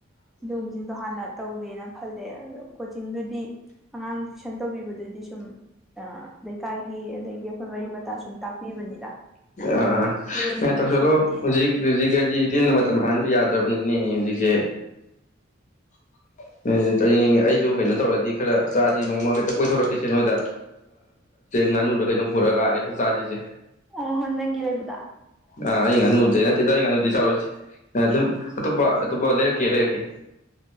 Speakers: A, in the centre; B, on the left (about 40°).
A: ꯑꯗꯨꯒꯨꯝꯕꯁꯤꯡꯗꯣ ꯍꯥꯟꯅ ꯇꯧꯒꯦꯅ ꯈꯜꯂꯦ ꯑꯗꯣ ꯀꯣꯆꯤꯡꯗꯨꯗꯤ ꯑꯉꯥꯡ ꯇꯨꯏꯁꯟ ꯇꯧꯕꯤꯕꯗꯨꯗꯤ ꯁꯨꯝ ꯂꯩꯀꯥꯏꯒꯤ ꯑꯗꯒꯤ ꯑꯩꯈꯣꯏ ꯃꯔꯤ ꯃꯇꯥ ꯁꯨꯝ ꯇꯥꯛꯄꯤꯕꯅꯤꯗ
B: ꯑꯥ
A: ꯂꯦꯝꯅꯩꯗꯨꯏ
B: ꯑꯦꯇ ꯆꯂꯣ
A: ꯁꯔꯨꯛꯄꯨꯗꯤꯗ
B: ꯍꯧꯖꯤꯛ ꯍꯧꯖꯤꯛ ꯍꯥꯏꯗꯤ ꯂꯦꯝꯅ ꯃꯇꯝ ꯃꯍꯟꯥꯟꯕ ꯌꯥꯗ꯭ꯔꯕꯅꯤꯅꯦ ꯍꯧꯖꯤꯛꯁꯦ <unintelligible> ꯑꯩꯁꯨ ꯀꯩꯅꯣ ꯇꯧꯔꯗꯤ ꯈꯔ ꯆꯥꯁꯤ ꯅꯣꯡꯃ ꯍꯦꯛꯇ ꯀꯣꯏꯊꯣꯔꯛꯈꯤꯁꯦ ꯅꯣꯏꯗ ꯉꯥꯅꯨꯔꯒ ꯀꯩꯅꯣꯝ ꯄꯨꯔꯛ ꯂꯑꯒꯦꯗ ꯆꯥꯖꯁꯦ
A: ꯑꯣ ꯍꯣ ꯅꯪꯒꯤ ꯑꯣꯏꯕꯗ
B: ꯑ ꯑꯩ ꯉꯥꯅꯨꯗꯩ ꯅꯠꯇꯦꯗ ꯑꯩ ꯉꯥꯅꯨꯗꯤ ꯆꯥꯔꯏꯁꯦ ꯑꯗꯨꯝ ꯑꯇꯣꯞꯄ ꯑꯇꯣꯞꯄ ꯂꯩꯔꯛꯀꯦ ꯂꯩꯔꯛꯀꯦ <unintelligible> <unintelligible>